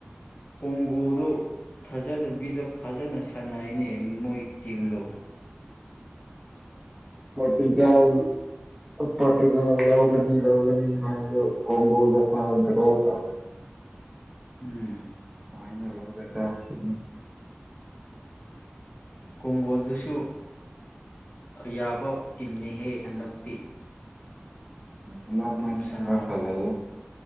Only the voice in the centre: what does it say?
ꯍꯣꯇ ꯌꯥꯎ ꯄꯒ ꯌꯧꯒꯅꯤ ꯂꯧꯒꯅꯤ ꯍꯥꯏꯗꯨ ꯀꯒꯣꯗ ꯄ꯭ꯔꯣ ꯇ
ꯀꯥꯏꯅ ꯂꯧꯦꯠꯇ꯭ꯔꯅꯤ
ꯎꯝ ꯑꯗ
ꯈꯔ ꯈꯖ